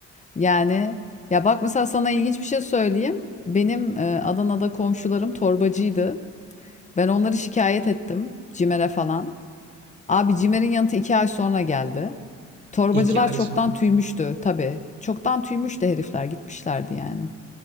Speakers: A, on the left; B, on the right.
A: yani ya bak mesela sana ilginç bir şey söyleyeyim benim e, Adana'da komşularım torbacıydı ben onları şikayet ettim CİMER'e falan abi CİMER'in yanıtı iki ay sonra geldi torbacılar
B: İki ay
A: çoktan
B: sonra.
A: tüymüştü tabii çoktan tüymüştü herifler gitmişlerdi yani